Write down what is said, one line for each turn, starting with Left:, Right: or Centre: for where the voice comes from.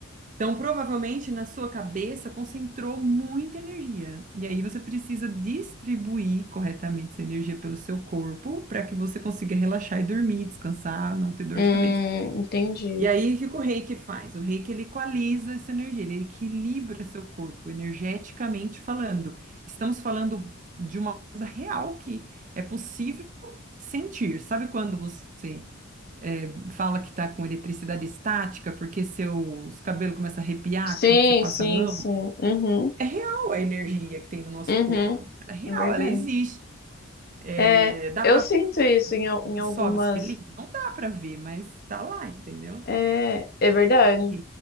Right: Então, provavelmente na sua cabeça concentrou muita energia. E aí você precisa distribuir corretamente essa energia pelo seu corpo para que você consiga relaxar e dormir, descansar, não ter dor
Left: hum,
Right: de cabeça.
Left: entendi.
Right: E aí, o que que o reiki faz? O reiki ele equaliza essa energia, ele equilibra seu corpo energeticamente falando. Estamos falando de uma coisa real que é possível sentir. Sabe quando você eh, fala que está com eletricidade estática porque seus cabelos começam a arrepiar
Left: Sim,
Right: quando você passa
Left: sim,
Right: a mão?
Left: sim. Uhum,
Right: É real a energia que tem no nosso
Left: uhum.
Right: corpo. Ela é real,
Left: É verdade.
Right: ela existe. Eh,
Left: É,
Right: dá
Left: eu
Right: para
Left: sinto
Right: ver
Left: isso em, al-
Right: o
Left: em
Right: que
Left: algumas.
Right: sobe, o selinho? Não dá para ver, mas está lá, entendeu?
Left: É, é verdade.
Right: E